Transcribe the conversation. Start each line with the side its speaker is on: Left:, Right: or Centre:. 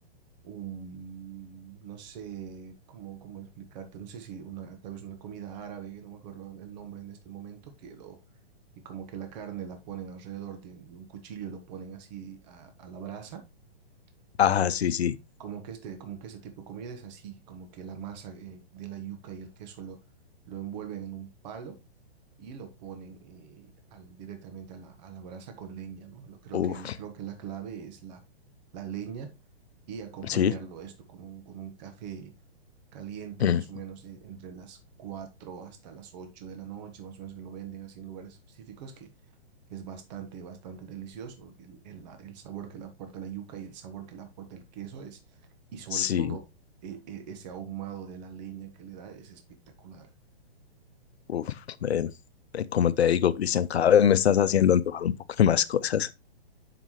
Right: un no sé cómo, cómo explicarte, no sé si una, tal vez una comida árabe, no me acuerdo el nombre en este momento, que lo, y como que la carne la ponen alrededor de, de un cuchillo y lo ponen así a, a la brasa
Left: ah,
Right: entonces,
Left: sí, sí.
Right: como que este, como que este tipo de comida es así, como que la masa eh, de la yuca y el queso lo, lo envuelven en un palo y lo ponen eh, al, directamente a la, a la brasa con leña, ¿no? Lo- creo
Left: Uf,
Right: que el, creo que la clave es la, la leña y acompañarlo
Left: Sí.
Right: esto con un, con un café caliente,
Left: mm.
Right: más o menos eh, entre las 4 hasta las 8 de la noche, más o menos que lo venden así en lugares específicos que que es bastante, bastante delicioso. El, el- la- el sabor que le aporta la yuca y el sabor que le aporta el queso es, y sobre
Left: sí.
Right: todo eh, eh, ese ahumado de la leña que le da es espectacular.
Left: Uf, eh, eh, como te digo, Cristian, cada vez me estás haciendo antojar un poco de más cosas.